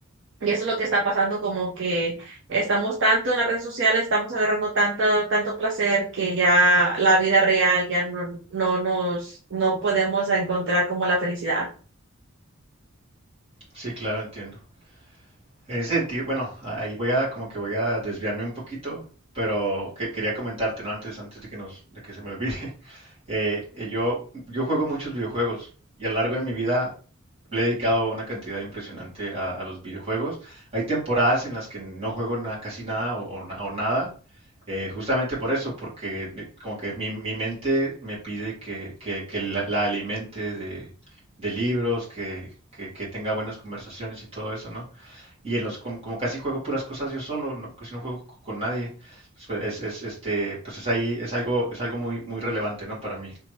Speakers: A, on the right; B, on the right.
A: y eso es lo que está pasando, como que estamos tanto en las redes sociales, estamos agarrando tanto, tanto placer que ya la vida real ya no, no nos, no podemos encontrar como la felicidad.
B: Sí, claro, entiendo. En ese sentido, bueno, ahí voy a como que voy a desviarme un poquito, pero que- quería comentarte, ¿no? Antes, antes de que nos, de que se me olvide. <laughs> Eh, eh, yo, yo juego muchos videojuegos y a lo largo de mi vida le he dedicado una cantidad impresionante a, a los videojuegos. Hay temporadas en las que no juego na- casi nada o, o na- o nada, eh, justamente por eso, porque eh, como que mi, mi mente me pide que, que- que la, la alimente de, de libros, que, que que tenga buenas conversaciones y todo eso, ¿no? Y en los, como, como casi juego puras cosas yo solo, no, casi no juego co- con nadie, pues pues, es, es, este, pues es ahí, es algo, es algo muy, muy relevante, ¿no? Para mí.